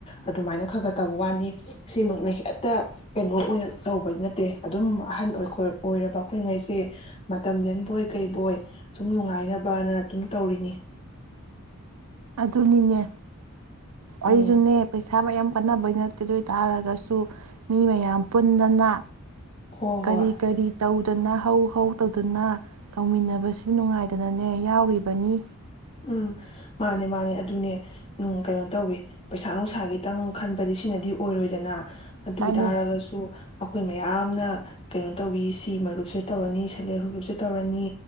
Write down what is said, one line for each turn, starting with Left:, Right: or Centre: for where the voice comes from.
Left: ꯑꯗꯨꯃꯥꯏꯅ ꯈ ꯈꯔ ꯇꯧꯕ ꯋꯥꯅꯤ ꯁꯤꯃꯛꯅ ꯍꯦꯛꯇ ꯀꯩꯅꯣ ꯑꯣꯏꯅ ꯇꯧꯕꯗꯤ ꯅꯠꯇꯦ ꯑꯗꯨꯝ ꯑꯍꯟ ꯑꯣꯏ ꯑꯣꯏꯔꯕ ꯑꯩꯈꯣꯏꯉꯩꯁꯦ ꯃꯇꯝꯂꯦꯟꯕꯣꯏ ꯀꯩꯕꯣꯏ ꯁꯨꯝ ꯅꯨꯡꯉꯥꯏꯅꯕꯅ ꯑꯗꯨꯝ ꯇꯧꯔꯤꯅꯤ꯫
Right: ꯑꯗꯨꯅꯤꯅꯦ꯫
Left: ꯎꯝ
Right: ꯑꯩꯁꯨꯅꯦ ꯄꯩꯁꯥ ꯃꯌꯥꯝ ꯅꯕꯩ ꯅꯠꯇꯦ ꯑꯗꯨ ꯑꯣꯏꯇꯥꯥꯔꯒꯁꯨ ꯃꯤ ꯃꯌꯥꯝ ꯄꯨꯟꯗꯅ
Left: ꯍꯣꯏ
Right: ꯀꯔꯤ
Left: ꯍꯣꯏ
Right: - ꯀꯔꯤ ꯇꯧ ꯇꯧꯗꯅ ꯍꯧ- ꯍꯧ ꯇꯧꯗꯨꯅ ꯇꯧꯃꯤꯟꯅꯕꯁꯤ ꯅꯨꯡꯉꯥꯏꯗꯅꯅꯦ ꯌꯥꯎꯔꯤꯕꯅꯤ꯫
Left: ꯎꯝ ꯃꯥꯅꯦ- ꯃꯥꯅꯦ ꯑꯗꯨꯅꯦ ꯀꯩꯅꯣ ꯇꯧꯋ ꯄꯩꯁꯥ ꯅꯨꯡꯁꯥ ꯈꯤꯇꯪ ꯈꯟꯕꯗꯤ ꯁꯤꯅꯗꯤ ꯑꯣꯏꯔꯣꯏꯗꯅ꯫ ꯑꯗꯨ
Right: ꯃꯥꯅꯦ
Left: ꯑꯣꯏꯇꯥꯔꯒꯁꯨ ꯑꯩꯈꯣꯏ ꯃꯌꯥꯝꯅ ꯀꯩꯅꯣ ꯇꯧꯋꯤ ꯁꯤ ꯃꯔꯨꯞꯁꯦ ꯇꯧꯔꯅꯤ ꯁꯦꯜꯞ ꯍꯦꯜꯞ ꯒ꯭ꯔꯨꯞꯁꯦ ꯇꯧꯔꯅꯤ